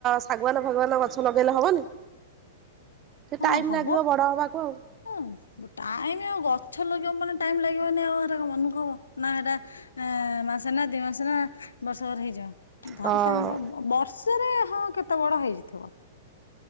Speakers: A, on the right; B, on the left.
A: ଶାଗୁଆନ୍ ଫଗୁଆନ୍ ଗଛ ଲଗେଇଲେ ହବନି? ଟିକେ
B: ହଁ
A: ଟାଇମ
B: ହବ
A: ଲାଗିବ ବଡ ହବାକୁ
B: <inaudible>
A: ଆଉ
B: ହଁ ଟାଇମ୍ ଆଉ ଗ <unintelligible> ଛ ଲଗେଇବ ମାନେ ଟାଇମ୍ ଲାଗିବନି ଆଉ ଏଟା କଣ ଆଉ ହବ। <inaudible> ନା ଏଇଟା ଏଁ <unintelligible> ମାସେନା ଦି ମାସ ନା <unintelligible> ବର୍ଷ ଘର ହେଇଯିବ। ଭାରି
A: ହଁ ହଁ
B: <unintelligible> ବର୍ଷରେ ହଁ କେ କେତେ ବଡ ହେଇଯିଇଥିବ।